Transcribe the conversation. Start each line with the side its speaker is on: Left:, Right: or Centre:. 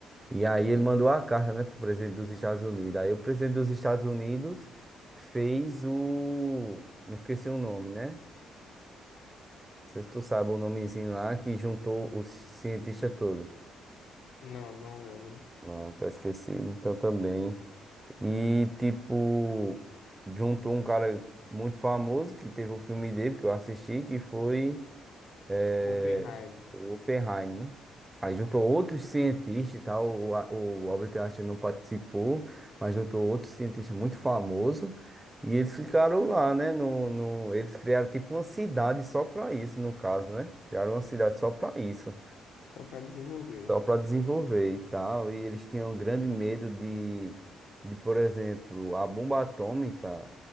Right: E aí ele mandou a carta, né, pro presidente dos Estados Unidos. Aí o presidente dos Estados Unidos fez o... Me esqueci o nome, né? Não sei se tu sabe o nomezinho lá que juntou os cientistas todos.
Left: Não, não lembro.
Right: Não, tá esquecido, então também. E, tipo, juntou um cara muito famoso que teve o filme dele que eu assisti, que foi é,
Left: Oppenheim,
Right: o Oppenheim, né? Aí juntou outros cientistas e tal, o, A- o Albert Einstein não participou, mas juntou outros cientistas muito famosos e eles ficaram lá, né? No, no, eles criaram tipo uma cidade só pra isso, no caso, né? Criaram uma cidade só pra isso
Left: só para desenvolver.
Right: só para desenvolver e tal. E eles tinham um grande medo de, de, por exemplo, a bomba atômica.